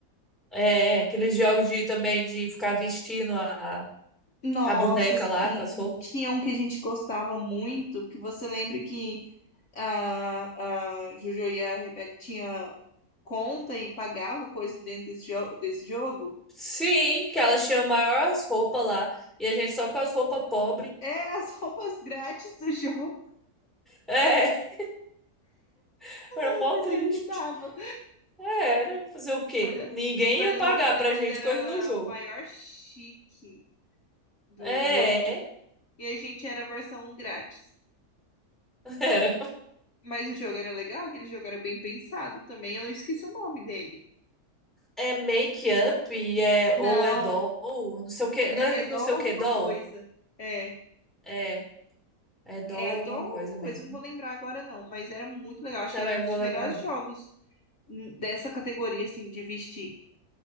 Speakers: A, in the centre; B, on the left.
A: É, aqueles jogos de também de ficar vestindo a,
B: Nossa,
A: a boneca
B: sim,
A: lá com as roupas.
B: tinha um que a gente gostava muito, que você lembra que a, a Jojo e a Rebeca tinha conta e pagava coisa dentro desse, jo desse jogo?
A: Sim, que elas tinham maiores roupas lá e a gente só com as roupas pobres.
B: É as roupas grátis do jogo.
A: É, <laughs> era mó
B: Ai, mas
A: triste.
B: era o que dava.
A: É, né? Fazer o quê?
B: O guarda-
A: Ninguém
B: o guarda-roupa
A: ia pagar
B: delas
A: pra gente
B: era
A: coisa no jogo.
B: o maior chique do
A: É,
B: jogo. E a gente era a versão grátis.
A: <laughs> era.
B: Mas o jogo era legal, aquele jogo era bem pensado também. Eu esqueci o nome dele.
A: é make-up, é,
B: Não,
A: ou é doll, não sei o que,
B: é,
A: não é
B: é
A: não
B: Dó
A: sei
B: alguma
A: o que, doll?
B: coisa. É,
A: É, é doll
B: é
A: alguma
B: Dó alguma
A: coisa mesmo.
B: coisa, eu não vou lembrar agora não. Mas era muito legal. Acho
A: Também
B: que era um
A: vou
B: dos
A: lembrar
B: melhores
A: não.
B: jogos hum, dessa categoria, assim, de vestir